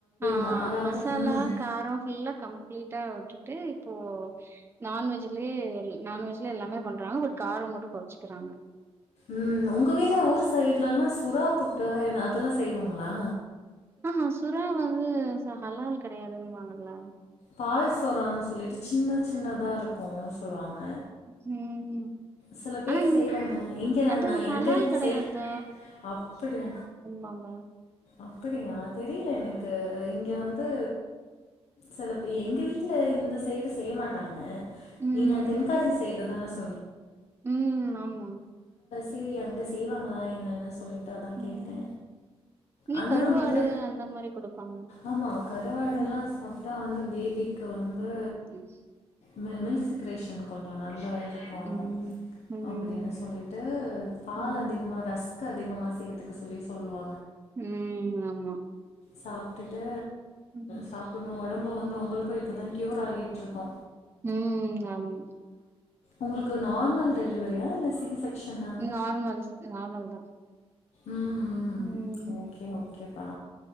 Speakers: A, on the right; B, on the left.
A: ஆ
B: ம
A: ஆ
B: அதாவது
A: மசாலா
B: ம்
A: காரோ ஃபுல்லா கம்ப்ளீட்டா உட் டுடே இப்போ நான்வெஜிலே எல் நா நான்வெஜ்ல எல்லாமே பண்றா பட் காரம் மட்டு கொறச்சிக்கிறாங்க
B: ம் உங்க வீட்ல ஊர் சைடுலல்லா சுறா புட்டுனா என்ன அதெல்லா செய்வாங்ளா
A: ஆ சுறா வந்து ஹலால் கெடையாதுன்னுவாங்ல
B: பால்சொரான்னு சொல்லிட்டு சின்ன சின்னதா இருக்கு சொல்லுவாங்க
A: ம்
B: சில பேர்
A: ஆனா இங்
B: செய்வாங்க இங்க
A: அது
B: நா
A: ஹலால்
B: எங்க இருக்க
A: கெடையாது.
B: செய் அப்படிய
A: வாங்க
B: அப்டியா தெரியல எனக்கு இங்க வந்து சில பே எங்க வீட்டில் இந்த சைடு செய்ய மாட்டாங்க
A: ம்.
B: நீங்க தென்காசி சைடு தானே சொ
A: ம் ஆமா
B: செரி அங்க செய்வாங்களா என்னன்னு சொல்லிட்டு அதா கேட்டே
A: ம். இங்க
B: ஆனா
A: கருவாடு
B: வந்து
A: அந்த மாரி குடுப்பாங்க.
B: ஆமா கருவாடல்லா
A: ம்.
B: சாப்ட்டா வந்து பேபிக்கு வந்து
A: யூஸ்
B: மே மேஸ் ரேஷன் கொஞ்சோ நல்லா இருக்கு
A: ம். ம்.
B: அப்டின்னு சொல்லிட்டு பால்
A: ம்.
B: அதிகமா ரஸ்க் அதிகமா சேத்துக்கு சொல்லி சொல்லுவா
A: ம் ஆமா
B: சாப்பிட்டுட்டு
A: ம்.
B: சாப்பிடணு ஒடம்பு வந்து உங்களுக்கு இப்போ தா க்யூர் ஆகிட்டுருக்கு
A: ம் ஆமா
B: உங்களுக்கு நார்மல்
A: ம்.
B: டெலவரியா இல்ல சி செக்ஷன்னா
A: நார்மல்ஸ் நார்மல் தான்.
B: ம்
A: ம்.
B: ஓகே ஓகே பா